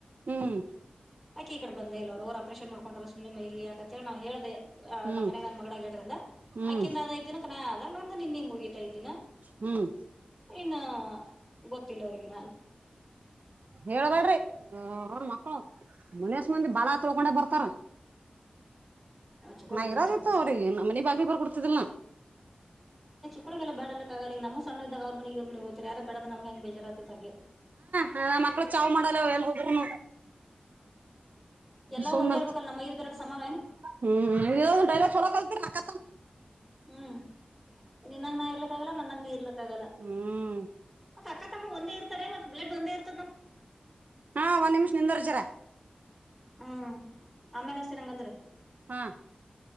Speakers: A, on the right; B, in the centre.
A: ಹ್ಮ್
B: ಆಕ್ಕ ಈ ಕಡೆ ಬಂದ ಎಲ್ಲ ಅವರುರ್ ಆಪರೇನ್ ಮಾಡ್ಕೊಂಡ್ರ ಸುಮ್ಮನೆ ಮೈಲಿ ಯಾಕಂತ ಹೇಳ ನಾವು ಹೇಳೆ ಆ
A: ಹ್ಮ್
B: ನಮ್ಮ ಮನ್ಯಾಗ ನನ್ ಮಗಳಗಡ್ರಿಂದ
A: ಹ್ಮ್
B: ಆ್ಕದ ಅ ಐಕ ದಿನ ಕನ ಅದ ನಮ್ದ ನಿನ್ ಹಂಗ ಹೋಗೀತಾಐದ್ನ
A: ಹ್ಮ್
B: ಇನ್ನ ಗೊತ್ತಿಲ್ಲ ಅವರಿಗೆ
A: ಹೇಳಬೇಡ್ರಿ ಮಕ್ಕಳು ಮನಸ್ ಮಂದಿ ಬಲ ತೊಳ್ಕೊಂಡೆ ಬರ್ತಾರ
B: ಚುಕ್ಕಳ
A: ನಾ
B: ಬುದ್ಧಿಗ್
A: ಇರೋದ
B: ಚಂದ
A: ಇತ್ತು
B: ಸಿಗೋಣ
A: ಅವ್ರಿಗೆ ನಮ್ಮ ಮನೆ ಬಾಗಿ ಬರ್ ಕೊಡ್ತಿದಲ್
B: ಮಕ್ಕಳಿಗೆಲ್ಲ ಬಡಕ್ಕಗಲಿ ನಮ್ಮ ಸಣ್ಣ ಇದಾಗ ಅವ್ರ ಮಿಗವ್ಗೆ ಹೋಗತಾರೆ ಯಾರ ಬಡ ನಮಗೆ ಹೆಂಗೆ ಬಜಾರತ್ತೆಗ್ಗೆ
A: ಹಾ ಮಕ್ಳು ಚಾವು್ ಮಾಡಲ್ಲ ಎಲ್ ಹದ್ರೂನು
B: ಎಲ್ಲ
A: ಸುಮ್ಮ
B: ಒಂದೇ ಇರ್ಬೇಕಲ್ಲ ನಮ್ಮ ಐದು ಬೆರಳು ಸಮಾವ ಏನು
A: ಹ್ಮ್ ಡೈಲ ಚಲೋ ಕಲ್ಪರಾಕ
B: ಹ್ಮ್, ನಿನ್ನಂಗ, ಹೇಳೋಕೆ, ಹಾಗಲ, ಮಾರುತೂ.
A: ಹ್ಮ್
B: <unintelligible> ಅಕ್ಕ, ತಮ್ಮ, ಒಂದೇ, ಇರ್ತಾರೆ! ಬೆರೆಯಿಂದು. <unintelligible>
A: ಹಾ, ಒಂದ್ ನಿಮಿಷ ನಿಂದರ್ಜ್ರ, ಸರ್. <unintelligible>
B: ಹ್ಮ್, ಆಮೇಲೆ, ಸರ್, ಹ್ಯಾಂಗ್ವಾಂಡ್ರು. <unintelligible>
A: ಹಾ,